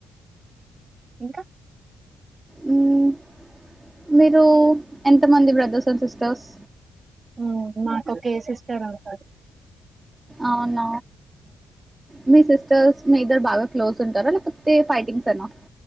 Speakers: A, on the right (about 35°); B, on the right (about 15°).
A: ఇంకా
B: మ్మ్ మీరు ఎంతమంది బ్రదర్స్ అండ్ సిస్టర్స్
A: మ్మ్ మాకు ఒకే సిస్టర్ ఉంటారు
B: అవున మీ సిస్టర్స్ మీ ఇద్దరు బాగా క్లోజ్ ఉంటారా లేకపోతే ఫైటింగ్స్ ఈనా